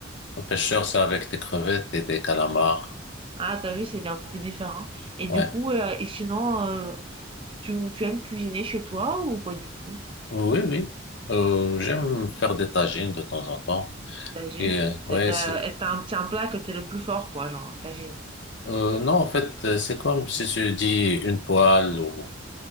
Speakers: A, on the left; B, on the right.
A: La pêcheur, c'est avec des crevettes et des calamars.
B: Ah, t'as vu, c'est un peu différent. Et du
A: Ouais.
B: coup, euh, et sinon, euh, tu, tu aimes cuisiner chez toi ou pas du tout?
A: Oui, oui. Euh, j'aime faire des tagines de temps en temps.
B: Les Tagines?
A: Et euh,
B: C'est
A: ouais,
B: ta-
A: c'est
B: est-ce que t'as un petit un plat que t'es le plus fort, quoi, genre, tagine?
A: Euh, non, en fait, euh, c'est comme si tu dis une poêle ou,